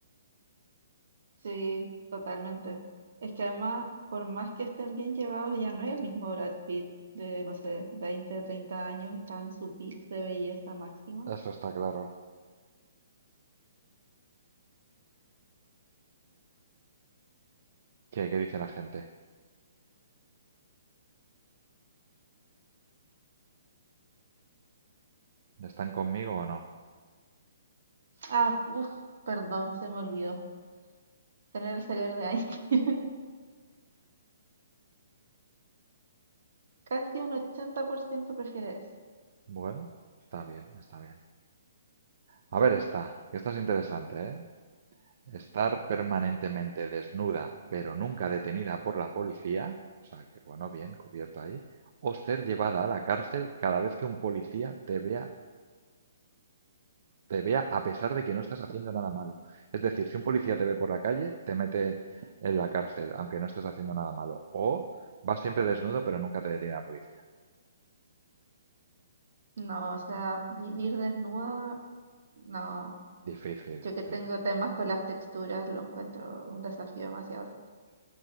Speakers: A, on the right; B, on the right.
A: Sí, totalmente. Es que además, por más que estén bien llevados, ya no es el mismo Brad Pitt de, no sé, 20, 30 años que estaba en su peak de belleza máxima.
B: Eso está claro. ¿Qué, qué dice la gente? ¿Están conmigo o no?
A: Ah, uff, perdón, se me olvidó. Tener el cerebro de Einstein. <laughs> Casi un 80% prefiere eso.
B: Bueno, está bien, está bien. A ver esta, que esta es interesante, ¿eh? Estar permanentemente desnuda, pero nunca detenida por la policía, o sea que bueno, bien, cubierto ahí, o ser llevada a la cárcel cada vez que un policía te vea te vea a pesar de que no estás haciendo nada malo. Es decir, si un policía te ve por la calle, te mete en la cárcel, aunque no estés haciendo nada malo. O vas siempre desnudo, pero nunca te detiene la policía.
A: No, o sea, vivir desnuda, no.
B: Difícil,
A: Yo que tengo
B: sí,
A: temas con las texturas, lo encuentro un desafío demasiado grande.